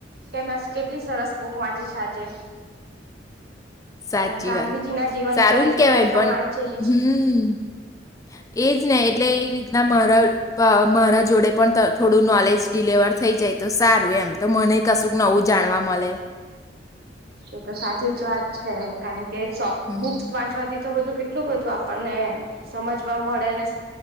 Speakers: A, on the right; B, on the left.
A: કે કેટલી સરસ બુક વાંચી છે આજે
B: સાચી
A: હ ગાંધીજીના
B: વાત
A: જીવન
B: સારું
A: ચરિત્ર
B: ને કેવાય
A: પર
B: પણ
A: વાંચેલી
B: હમ
A: છે
B: એજ ને એટલે એ રીતના મારા મારા જોડે પણ થોડું નોલેજ ડિલેવર થઈ જાય તો સારું એમ તો મને કશુંક નવું જાણવા મળે
A: એ તો સાચી જ વાત છે, કારણ કે શોપ
B: હમ
A: બુક્સ વાંચવાથી તો બધું કેટલું બધું આપણને સમજવા મળે ને